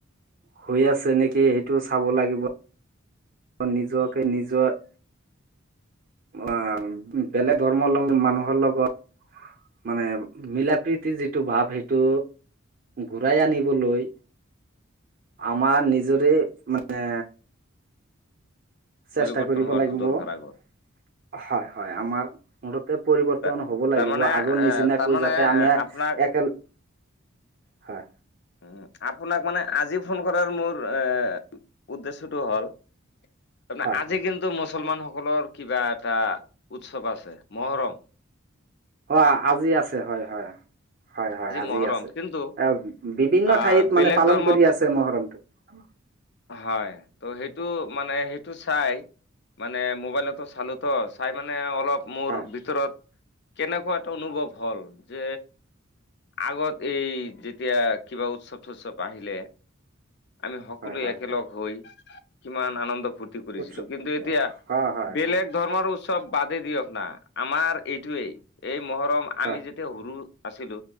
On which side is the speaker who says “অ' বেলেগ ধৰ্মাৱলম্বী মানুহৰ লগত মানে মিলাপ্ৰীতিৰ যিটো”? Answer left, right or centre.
Right